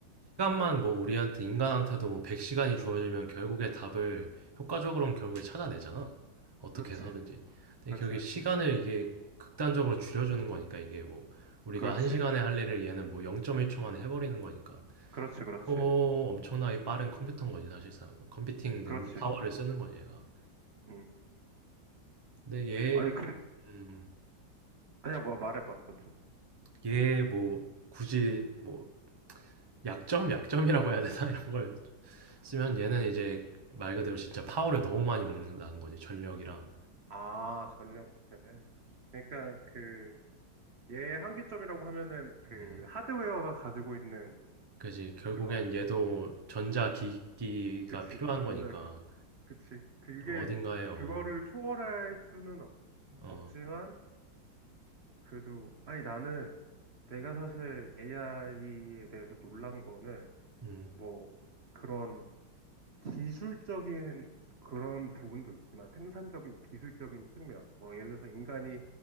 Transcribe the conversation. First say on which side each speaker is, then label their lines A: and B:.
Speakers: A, on the right; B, on the right.
A: 시간만 뭐 우리한테 인간한테도 뭐 100시간이 주어지면 결국에 답을 효과적으로는 결국에 찾아내잖아. 어떻게
B: 그렇지.
A: 해서든지. 근데
B: 그렇지,
A: 결국에
B: 그렇지.
A: 시간을 이게 극단적으로 줄여주는 거니까 이게 뭐 우리가
B: 그렇지.
A: 1시간에 할 일을 얘는 뭐 0.1초 만에 해버리는 거니까.
B: 그렇지, 그렇지.
A: 초 엄청나게 빠른 컴퓨터인 거지 사실상. 컴퓨팅
B: 그렇지.
A: 능 파워를 쓰는 거지 얘가.
B: 음.
A: 근데 얘,
B: 아니, 그,
A: 음,
B: 아니야, 뭐, 말해봐, 먼저.
A: 얘 뭐 굳이 뭐 약점, 약점이라고 해야 되나 이런 걸 쓰면 얘는 이제 말 그대로 진짜 파워를 너무 많이 먹는다는 거지 전력이랑.
B: 아, 전력 부패래. 그러니까 그 얘의 한계점이라고 하면은 그
A: 음,
B: 하드웨어가 가지고 있는
A: 그지 결국엔
B: 그런
A: 얘도 전자 기기가
B: 그치,
A: 필요한
B: 전자기기.
A: 거니까
B: 그치. 그게,
A: 어딘가에 어,
B: 그거를 초월할 수는 없-
A: 어,
B: 없지만, 그래도, 아니, 나는 내가 사실 AI에 대해서 놀란 거는,
A: 음,
B: 뭐, 그런 기술적인 그런 부분도 있지만, 생산적이고 기술적인 측면. 뭐, 예를 들어서 인간이